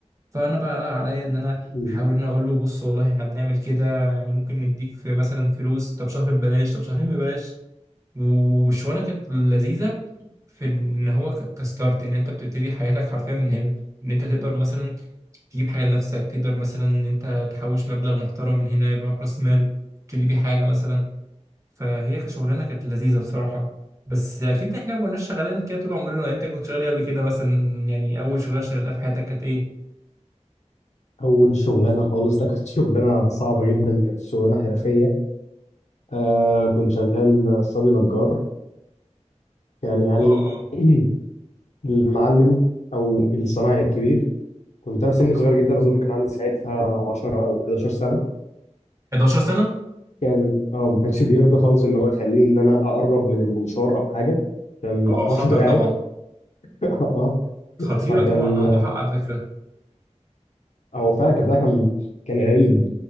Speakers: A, on the right; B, on the left.
A: فانا بقى عليا ان انا
B: مم.
A: احاول ان أنا اقول له بص والله احنا بنعمل كده يعني ممكن نديك في مثلا فلوس طب شهر ببلاش طب شهرين ببلاش والشغلانه كانت لذيذه في ان هو ك- كستارت ان انت بتبتدي حياتك حرفيا من هنا ان انت تقدر مثلا تجيب حاجه لنفسك تقدر مثلا ان انت تحوش مبلغ محترم من هنا يبقى معاك راس مال تبتدي بيه حاجه مثلا فهي كشغلانه كانت لذيذه بصراحه بس اكيد احنا ما كناش شغالين كده طول عمرنا يعني انت كنت شغال إيه قبل كده مثلا يعني اول شغلانه اشتغلتها في حياتك كانت ايه
B: اول شغلانه خالص ده كانت <laughs> شغلانه صعبه جدا كانت شغلانه حرفيه آه كنت شغال صبي نجار كان يعني
A: اه
B: <clears throat> المعلم او الصنايعي الكبير كنت انا سني
A: اه
B: صغير جدا اظن كان عندي ساعتها 10 او 11 سنه
A: 11 سنة
B: كان اه ما كانش بيرضى خالص ان هو يخليني ان انا اقرب من المنشار او حاجه عشان
A: اه
B: ما اقطعش
A: خطر
B: دراعي
A: طبعا
B: <laughs> اه
A: خطيرة
B: فكان
A: طبعا عنده حق على فكرة
B: هو فعلا الكابتن كان كان غريب